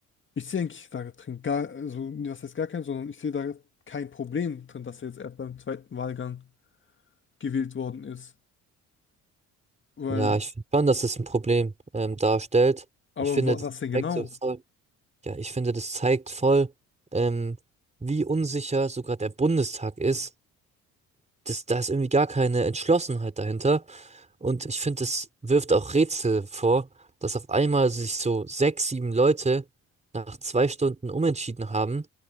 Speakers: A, on the left; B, on the right.
A: ich sehe eigentlich da drin gar, also was heißt gar kein, sondern ich sehe da kein Problem drin, dass er jetzt erst beim zweiten Wahlgang gewählt worden ist. Weil,
B: Ja, ich finde schon, dass es ein Problem ähm, darstellt. Ich
A: aber
B: finde,
A: wa
B: das
A: was denn
B: zeigt
A: genau?
B: so voll. Ja, ich finde, das zeigt voll, ähm, wie unsicher sogar der Bundestag ist. Das, da ist irgendwie gar keine Entschlossenheit dahinter. Und ich finde, das wirft auch Rätsel vor, dass auf einmal sich so sechs, sieben Leute nach zwei Stunden umentschieden haben,